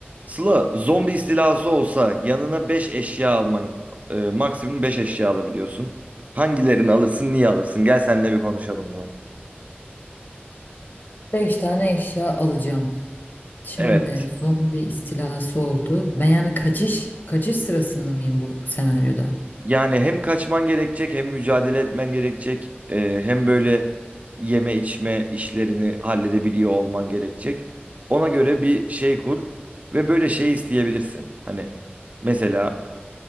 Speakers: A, on the right; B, on the left.
A: Sıla, zombi istilası olsa yanına 5 eşya alman, e, maksimum 5 eşya alabiliyorsun. Hangilerini alırsın, niye alırsın? Gel seninle bir konuşalım bunu.
B: Beş tane eşya alacağım. Şimdi
A: Evet.
B: zombi istilası oldu. Ben yani kaçış kaçış sırasında mıyım bu senaryoda?
A: Yani hem kaçman gerekecek, hem mücadele etmen gerekecek, e, hem böyle yeme içme işlerini halledebiliyor olman gerekecek. Ona göre bir şey kur ve böyle şey isteyebilirsin. Hani mesela